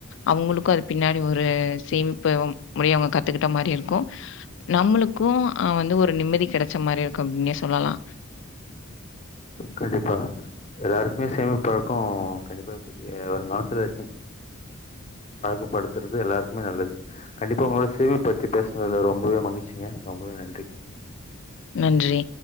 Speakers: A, on the left; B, on the left.
A: அவுங்களுக்கு அது பின்னாடி ஒரு சேமிப்பு மாரி அவுங்க கத்துக்கிட்ட மாரி இருக்கும் நம்மளுக்கும் ஆ வந்து ஒரு நிம்மதி கெடைச்ச மாரி இருக்கு அப்டின்னே சொல்லலா
B: கண்டிப்பா எல்லாருக்குமே சேமி பழக்கோ கண்டிப்பா <unintelligible> வருங்காலத்துல வச்சின் பழக்கப்படுத்துறது எல்லாருக்குமே நல்லது கண்டிப்பா உங்களோட சேமிப் பத்தி பேசுனதுல ரொம்பவே மகழ்ச்சிங்க ரொம்பவே நன்றி
A: நன்றி